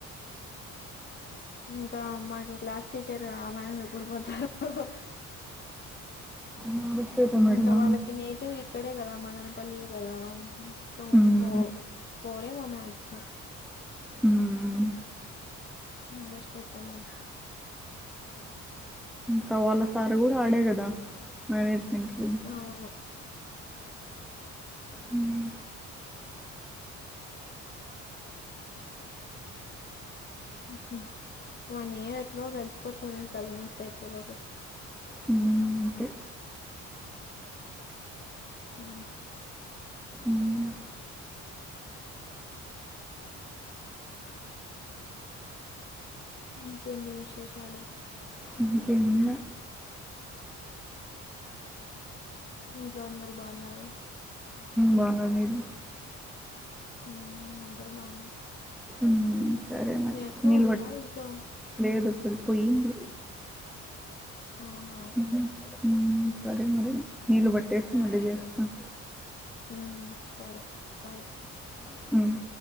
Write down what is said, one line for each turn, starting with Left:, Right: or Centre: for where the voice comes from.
Left: ఇంకా మాకు క్లాస్ టీచర్ మేడం ఎప్పుడు పోతారు
Centre: నాగశ్వేత మేడమా?
Left: ఇంకా వాళ్ళకి నేటివ్ ఇక్కడ కదా మదనపల్లి కదా కో
Centre: హ్మ్.
Left: కో పోరేమో మాక్సిమం
Centre: హ్మ్.
Left: నాగేశ్వేత మామ్
Centre: కా వాళ్ళ సార్ కూడా ఆడే కదా మేనేజ్మెంట్కి
Left: అవును
Centre: హ్మ్.
Left: హ వన్ ఇయర్ ఏట్లో కలిసిపోతది కళ్ళు మూసి తెరిచే లోపు
Centre: మ్మ్, అంతే
Left: ఉ
Centre: మ్మ్,
Left: ఇంకేడి విశేషాలు
Centre: ఇంకేం లే
Left: ఇంట్లో అందరు బాగున్నార
Centre: బాగున్నారు మీరు
Left: ఉ అందరు బాగున్నం
Centre: మ్మ్, సరే మరి
Left: మీ అక్క
Centre: నిలబ
Left: ఉందా ఇంట్లో
Centre: లేదు పుల్ పొయ్యింది
Left: అవున
Centre: మ్మ్,
Left: ఉ
Centre: సరే మరి నీళ్ళు పట్టేసి
Left: సరే
Centre: మళ్ళీ
Left: అయితే
Centre: చేస్తాను
Left: ఉమ్ సరే బాయ్
Centre: బాయ్